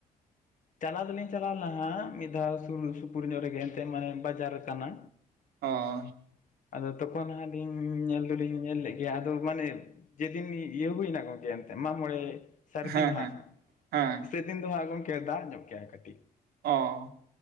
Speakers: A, on the left; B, on the right.
A: ᱪᱟᱞᱟᱣ ᱫᱚᱞᱤᱧ ᱪᱟᱞᱟᱣ ᱞᱮᱱᱟ ᱦᱟᱸᱜ ᱢᱤᱫ ᱫᱷᱟᱹᱣ ᱥᱩᱨ ᱥᱩᱯᱩᱨ ᱧᱚᱜ ᱨᱮᱜᱮ ᱮᱱᱛᱮ ᱢᱟᱱᱮ ᱵᱟᱡᱟᱨ ᱠᱟᱱᱟ
B: ᱚ
A: ᱟᱫᱚ ᱛᱚᱠᱷᱚᱱ ᱦᱟᱸᱞᱤᱧ ᱧᱮᱞ ᱫᱚᱞᱤᱧ ᱧᱮᱞ ᱞᱮᱫ ᱜᱮᱭᱟ ᱟᱫᱚ ᱢᱟᱱᱮ ᱡᱮᱫᱤᱱ ᱤᱭᱟᱹ ᱦᱩᱭᱱᱟ ᱜᱚᱝᱠᱮ ᱮᱱᱛᱮ ᱢᱟᱹᱜᱽ ᱢᱚᱬᱮᱸ ᱥᱟᱹᱨᱫᱤ
B: ᱦᱮᱸ
A: ᱢᱟᱦᱟ
B: ᱦᱮᱸ ᱦᱮᱸ
A: ᱥᱮᱫᱤᱱ ᱫᱚ ᱦᱟᱸᱜ ᱜᱚᱢᱠᱮ ᱫᱟᱜ ᱧᱚᱜ ᱠᱮᱟᱭ ᱠᱟᱹᱴᱤᱡ
B: ᱚ